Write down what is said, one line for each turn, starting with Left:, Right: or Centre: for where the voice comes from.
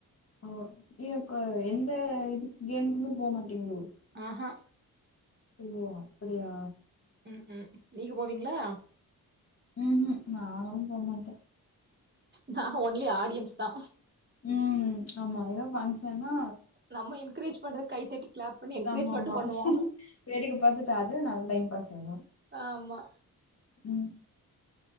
Left: ஓ நீ ஏன்க்கா எந்த இது கேமுக்குமே போ மாட்டீங்ளோ
Right: ஆ அ
Left: ஓ அப்படியா
Right: ம் ம் நீங்க போவீங்ளா
Left: ம் ம் நானும் போ மாட்ட
Right: நா ஒன்லி ஆடியன்ஸ் தா
Left: ம் ஆமா எதோ ஃபங்க்ஷன்னா
Right: நம்ம என்கரேஜ் பண்ற கை தட்டி கிளாப் பண்ணி என்கரேஜ்
Left: ஆமா
Right: மட்டு
Left: ஆமா
Right: பண்ணுவோ
Left: வேடிக்க பாத்துட்டு அதுவு நல்ல டைம் பாஸ் ஆகும்
Right: ஆமா
Left: ம்